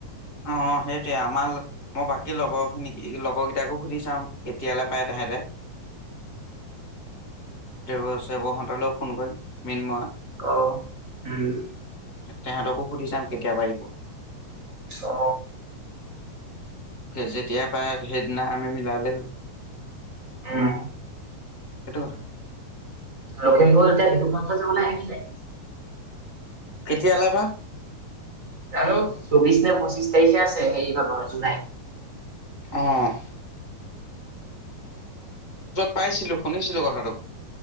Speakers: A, on the left; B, on the right.
A: অ সেইটোৱে আমাৰ মই বাকী লগৰ খিনিক লগৰ কেইটাকো সুধি চাম কেতিয়ালে পায় তেহেঁতে, দেব চেব সতলৈ ফোন কৰিম। মিনমা
B: ক উম
A: তেহঁতকো সুধি চাম কেতিয়া পাৰিব।
B: অ
A: যেতিয়া পাই সেইদিনা আমি মিলালে হ'ল।
B: উম
A: সেইটো কথা।
B: লখিমপুৰ এতিয়া বিহু ফাংচন চাবলে আহিবি নাই।
A: কেতিয়ালে বা।
B: জানো চৌবিশ নে পঁচিশ তাৰিখে আছে সেই ভাগৰ জুলাই
A: অহ পাইছিলো শুনিছিলো কথাটো।